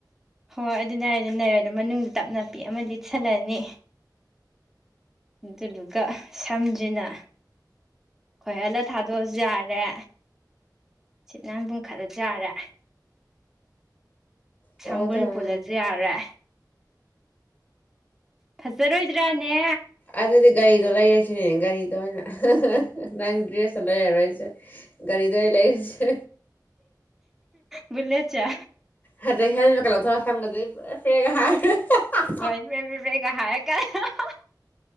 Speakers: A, in the centre; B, on the left (about 25°).
A: ꯍꯣꯏ ꯑꯗꯨ ꯔꯦ ꯑꯗꯨ ꯔꯦ ꯑꯗꯨꯣ ꯃꯅꯨꯡꯗ ꯇꯞ ꯅꯥꯄꯤ ꯑꯃ ꯂꯤꯠꯁꯜꯂꯅꯤ ꯑꯗꯨꯗꯨꯒ ꯁꯝꯖꯤꯅ ꯈꯣꯏꯍꯜꯂ ꯊꯥꯗꯣꯛꯑꯁꯨ ꯌꯥꯔꯦ ꯁꯤꯠꯅꯥꯟ ꯄꯨꯨꯝꯈꯠꯂꯁꯨ ꯌꯥꯔꯦ ꯁꯝꯕꯨꯜ
B: ꯇꯧꯔꯣ ꯇꯧꯔꯣ
A: ꯄꯨꯜꯂꯁꯨ
B: ꯅꯪ
A: ꯌꯥꯔꯦ ꯐꯖꯔꯣꯏꯗ꯭ꯔꯥꯅꯦ
B: ꯑꯗꯨꯗꯤ ꯒꯥꯔꯤꯗꯣ ꯂꯩꯔꯁꯤꯅꯦ ꯒꯥꯔꯤꯗꯣ ꯑꯣꯏꯅ ꯅꯪ ꯗ꯭ꯔꯦꯁ ꯇꯣ ꯂꯩꯔꯔꯣꯏꯖꯦ ꯒꯥꯔꯤꯗꯣ ꯑꯩ ꯂꯩꯔꯁꯦ
A: ꯕꯨꯂꯦꯠ ꯆꯦ
B: ꯍꯥꯗꯩ ꯍꯦꯜꯃꯦꯠꯀ ꯂꯧꯊꯔꯒ ꯁꯝꯒꯖꯤ ꯐꯔꯦ ꯐꯔꯦꯒꯥ ꯍꯥꯏ
A: <unintelligible>